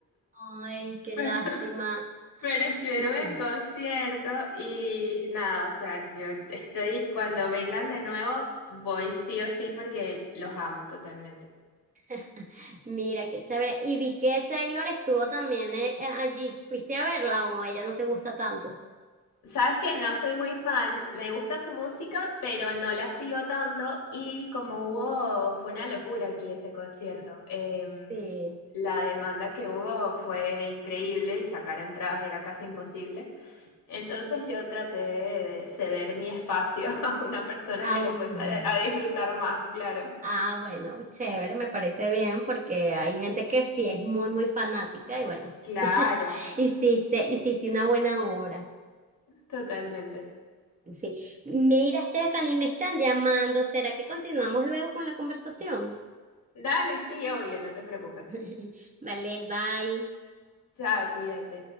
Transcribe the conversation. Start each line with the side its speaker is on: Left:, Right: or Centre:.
Right: Ay,
Left: <laughs>
Right: qué
Left: pero,
Right: lástima.
Left: pero estuvieron
Right: Mm.
Left: en concierto y nada, o sea, yo estoy, cuando vengan de nuevo, voy sí o sí porque los amo totalmente.
Right: <laughs> Mira, qué chévere. Y vi que Taylor estuvo también eh, eh, allí, ¿fuiste a verla o ella no te gusta tanto?
Left: Sabes que no soy muy fan, me gusta su música, pero no la sigo tanto y como hubo, fue una locura aquí ese concierto. Em,
Right: Sí,
Left: la demanda que hubo fue increíble y sacar entradas era casi imposible. Entonces yo traté de ceder mi espacio <laughs> a una persona que
Right: aún.
Left: lo fuese a, a disfrutar más, claro.
Right: Ah, bueno, chévere, me parece bien porque hay gente que sí es muy, muy fanática y bueno,
Left: Claro,
Right: <laughs> hiciste, hiciste una buena obra.
Left: totalmente.
Right: Sí. Mira, Stephanie, me están llamando. ¿Será que continuamos luego con la conversación?
Left: Dale, sí, obvio, no te preocupes.
Right: <laughs> Vale, bye.
Left: Chao, cuídate.